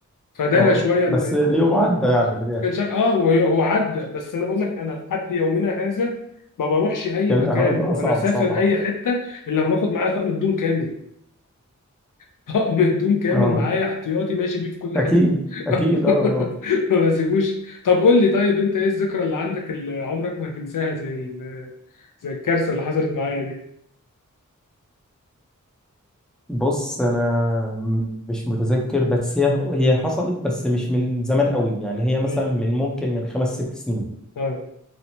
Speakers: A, on the left (about 85°); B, in the centre.
A: فدار
B: اه
A: شويه
B: بس
A: الموضوع
B: اليوم عدى
A: ده
B: يعني في الآخر
A: كان شا... اه وهي- هو عدى بس انا بقول لك انا لحد يومنا هذا ما بروحش اي
B: كان
A: مكان
B: الإحراج اه
A: ولا
B: صعب
A: اسافر
B: صعب
A: اي حته الا لما باخد معايا طقم هدوم كامل <laughs> طقم هدوم كامل
B: اه
A: معايا احتياطي ماشي بيه في كل
B: أكيد
A: حته <laughs>
B: أكيد اه آه.
A: ما بسيبوش طب قول لي طيب انت ايه الذكرى اللي عندك اللي عمرك ما هتنساها زي ال... زي الكارثه اللي حصلت معايا دي
B: بص أنا م- مش متذكر بس هي هي حصلت بس مش من زمان قوي يعني هي مثلا
A: مم.
B: من ممكن من خمس ست سنين
A: اه